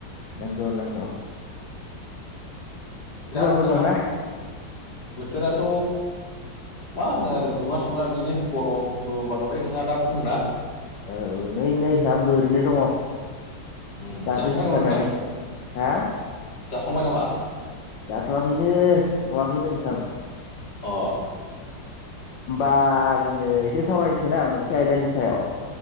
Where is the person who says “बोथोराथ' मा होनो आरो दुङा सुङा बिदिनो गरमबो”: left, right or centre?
Left